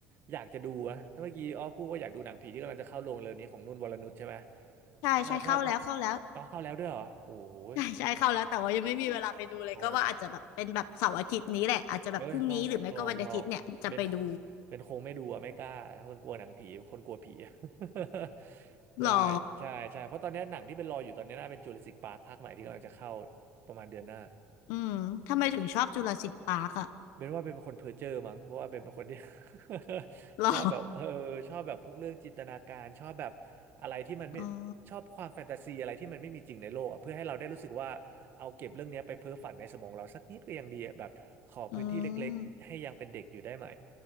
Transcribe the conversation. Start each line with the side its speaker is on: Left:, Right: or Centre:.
Right: อยากจะดูอะถ้าเมื่อกี้อ้อพูดว่าอยากดูหนังผีที่กำลังจะเข้าโรงเร็วนี้ของนุ่นวรนุชใช่ไหม
Left: ใช่ใช่เข้าแล้วเข้าแล้ว
Right: ถ้าถ้าหนังอ๋อเข้าแล้วด้วยเหรอโอ้โห
Left: ใช่ใช่เข้าแล้วแต่ว่ายังไม่มีเวลาไปดูเลยก็ว่าอาจจะแบบเป็นแบบเสาร์อาทิตย์นี้แหละอาจจะแบบพรุ่งนี้หรือไม่ก็วันอาทิตย์เนี่ยจะไปดู
Right: อ๋อ เอ้ย ต้องลองลอง เป็นคเป็นคงไม่ดูอะไม่กล้าถ้าเป็นกลัวหนังผี เป็นคนกลัวผี <laughs> ใช่
Left: หรอ
Right: ใช่ ใช่ เพราะตอนเนี้ยหนังที่เป็นรออยู่ตอนเนี้ยน่าเป็นจูราสสิคพาร์คภาคใหม่ที่กำลังจะเข้าประมาณเดือนหน้า
Left: อืมทำไมถึงชอบจุราสิลิ์ปาร์กอะ
Right: เบนว่าเป็นคนเพ้อเจ้อมั้งเพราะว่าเบนเป็นคนที่ <laughs>
Left: หรอ
Right: ชอบแบบเออชอบแบบพวกเรื่องจินตนาการชอบแบบอะไรที่มันไม่
Left: <laughs> อ๋อ
Right: ชอบความแฟนตาซีอะไรที่มันไม่มีจริงในโลกอะเพื่อให้เราได้รู้สึกว่าเอาเก็บเรื่องเนี้ยไปเพ้อฝันในสมองเราสักนิดก็ยังดีอะแบบขอพื้นที่เล็กๆให้ยังเป็นเด็กอยู่ได้ไหม
Left: อืม